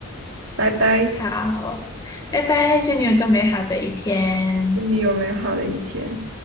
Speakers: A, on the right (about 65°); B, on the left (about 15°).
A: 拜拜，
B: 好，拜拜，祝你有个美好的一天。
A: 祝你有美好的一天。